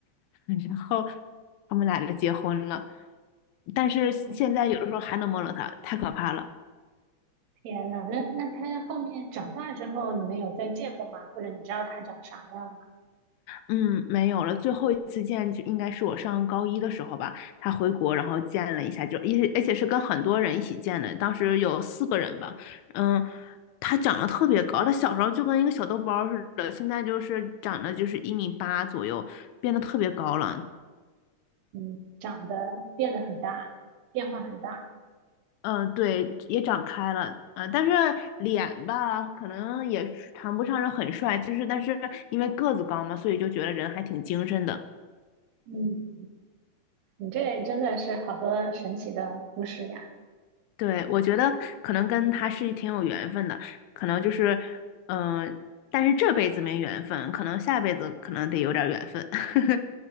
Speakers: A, on the left; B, on the right.
A: <laughs> 然后他们俩就结婚了。但是现在有的时候还能梦到他，
B: 嗯，
A: 太可怕了。
B: 天呐，那那他后面长大之后，你们有再见过吗？或者你知道他长啥样吗？
A: 嗯，没有了。最后一次见就应该是我上高一的时候吧，他回国然后见了一下，就而且而且是跟很多人一起见的，当时有四个人吧。嗯，他长得特别高，他小时候就跟一个小豆包儿似的，现在就是长得就是一米八左右，变得特别高了。
B: 嗯，长得变得很大，变化很大。
A: 嗯，对，也长开了。嗯，但是脸吧，可能也谈不上是很帅，就是但是因为个子高嘛，所以就觉得人还挺精神的。
B: 嗯，你这真的是好多神奇的故事呀。
A: 对，我觉得可能跟他是挺有缘分的，可能就是，嗯、但是这辈子没缘分，可能下辈子可能得有点儿缘分。<laughs>